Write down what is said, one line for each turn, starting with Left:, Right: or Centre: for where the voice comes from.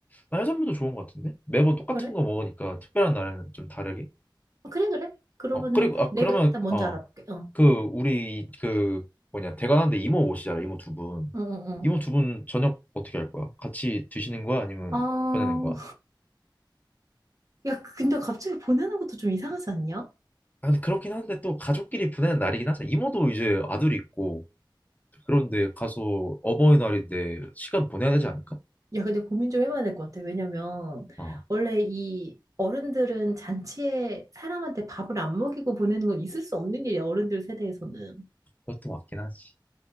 Left: 나 해산물도 좋은 것 같은데 매번 똑같은
Right: 그래?
Left: 거 먹으니까 특별한 날에는 좀 다르게.
Right: 어, 그래 그래. 그러면은
Left: 어, 그리고 아
Right: 내가
Left: 그러면
Right: 일단 먼저
Left: 어,
Right: 알아볼게. 어.
Left: 그 우리 그 뭐냐 대관하는데 이모 오시잖아 이모 두 분.
Right: 어, 어, 어.
Left: 이모 두 분 저녁 어떻게 할 거야? 같이 드시는 거야 아니면
Right: 아,
Left: 보내는 거야?
Right: 야, 그, 근데 갑자기 보내는 것도 좀 이상하지 않냐?
Left: 아, 근데 그렇긴 한데 또 가족끼리 보내는 날이긴 하잖아. 이모도 이제 아들이 있고. 그런데 가서 어버이날인데 시간 보내야 되지 않을까?
Right: 야, 근데 고민 좀 해봐야 될 것 같아. 왜냐면,
Left: 어,
Right: 원래 이 어른들은 잔치에 사람한테 밥을 안 먹이고 보내는 건 있을 수 없는 일이야, 어른들 세대에서는.
Left: 그것도 맞긴 하지.